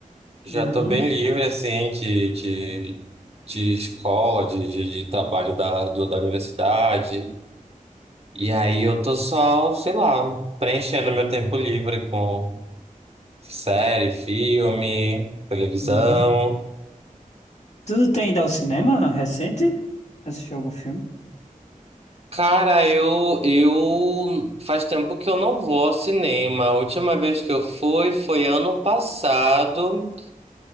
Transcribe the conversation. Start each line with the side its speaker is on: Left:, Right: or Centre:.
Right: Já
Left: Uhum,
Right: tô bem livre, assim, de, de, de escola, de, de, de trabalho da, do- da universidade. E aí eu tô só, sei lá, preenchendo meu tempo livre com série, filme, televisão.
Left: uhum. Tudo tem ido ao cinema recente? Assistiu algum filme?
Right: Cara, eu, eu faz tempo que eu não vou ao cinema. A última vez que eu fui foi ano passado